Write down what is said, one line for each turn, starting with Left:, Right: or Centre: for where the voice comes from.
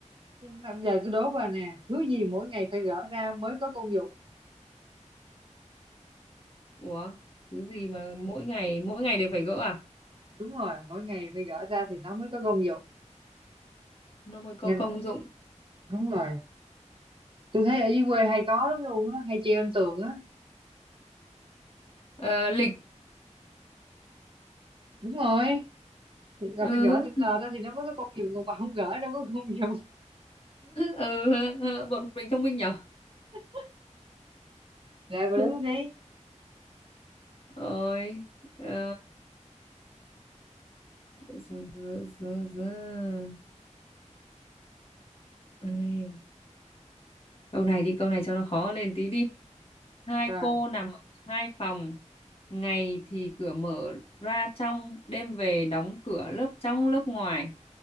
Right: làm giờ tôi đố bà nè thứ gì mỗi ngày phải gỡ ra mới có công dụng
Left: Ủa thứ gì mà mỗi ngày mỗi ngày đều phải gỡ à
Right: đúng rồi mỗi ngày phải gỡ ra thì nó mới có công dụng
Left: nó mới có
Right: Nên-
Left: công dụng
Right: đúng rồi tôi thấy ở dưới quê hay có lắm luôn á hay treo trên tường á
Left: Ờ, lịch
Right: đúng rồi thì là
Left: ừ.
Right: phải gỡ từng tờ ra thì nó mới có công dụng còn bà không gỡ đâu có công dụng
Left: ừ. <laughs> bọn mình thông minh nhở
Right: <laughs> rồi bà
Left: <laughs>
Right: đứng đi
Left: rồi ờ, z- z- z- z- Ai. Câu này đi, câu này cho nó khó lên tí đi. Hai
Right: rồi
Left: cô nằm ở hai phòng, ngày thì cửa mở ra trong, đêm về đóng cửa lớp trong lớp ngoài.